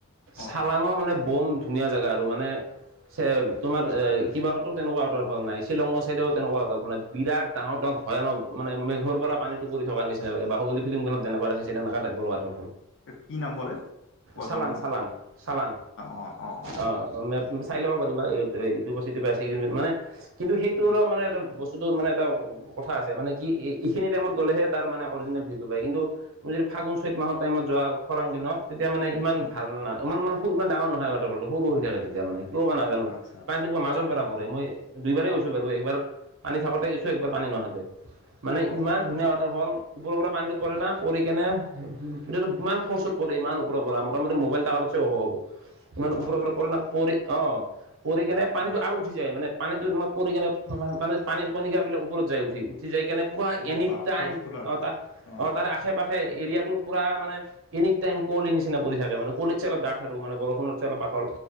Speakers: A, on the left; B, on the right.
A: অ
B: চালাঙৰ
A: অ
B: মানে বম ধুনীয়া জেগা আৰু মানে চেম তোমাৰ কিবা হয়তো তেনেকুৱা ৱাটাৰফল নাই শ্বিলঙৰ চাইডেও তেনেকুৱা ঠাই অপোনাৰ বিৰাট ডাঙৰ ডাঙৰ ভয়ানক মানে মেঘৰ পৰা পানীটো পৰি থকাৰ নিচি না লাগে, বাহুলী ফিল্মখন যেনেকুৱা দেখাইছিলে সেনেকুৱা টাইপৰ ৱাতা
A: কি নাম ক'লে ৱাটাৰফলটো
B: চালাং চালাং চালাং
A: অ অ অ
B: অঁ। অঁ চাই লব পাৰিবা, ই মানে কিন্তু সেইটোৰো
A: উম
B: মানে এটা বস্তু মানে এটা কথা আছে মানে কি এইখিনি টাইমত গ'লেহে তাৰ মানে অৰিজিনেল ভিউটো পায়। কিন্তু তুমি যদি ফাগুন চৈত মাহৰ টাইমত যোৱা খৰাং দিনত। তেতিয়া মানে ইমান
A: উম
B: ভাল না ইমান মানে সৰু ইমান ডাঙৰ নহয় ৱাটাৰফলটো সৰু হৈ থাকে তেতিয়া মানে কিয় বা না জানো
A: আচ্ছা আচ্ছা
B: পানীটো কিবা মাজৰ
A: অ
B: পৰা
A: অ
B: পৰে, মই দুইবাৰেই গৈছোঁ বাৰু একবাৰ পানী থাকাতে গৈছো, একবাৰ পানী নহাতে। মানে
A: অ
B: ইমান
A: অ
B: ধুনীয়া ৱাটাৰফল। ওপৰ পৰা পানীটো পৰে না। পৰি কিনে তেতিয়াটো ইমান ফৰ্চত পৰে ইমান ওপৰৰ পৰা মোটামুটি মোবাইল টাৱাৰ আগত। ইমান
A: বাপৰে
B: ওপৰে পৰে না, পৰি ও পৰি কিনে পানীটো
A: অ
B: আৰু উঠি যায় মানে। পানীটোত তোমাৰ পৰি কিনে মানে পানীৰ কণিকাবিলাক ওপৰত যায়, উঠি উঠি যাই কেনে পূৰা
A: অ
B: এনি
A: বা
B: টাইম
A: ফৰ্চটোত আৰু
B: অঁ তাত
A: অ
B: অঁ তাৰ আশে পাশে এৰিয়াটোত পূৰা মানে এনি টাইম কুঁৱলীৰ নিচিনা পৰি থাকে, মানে কুঁৱলীচে ডাঠ আৰু মানে বৰষূণচে পাতল।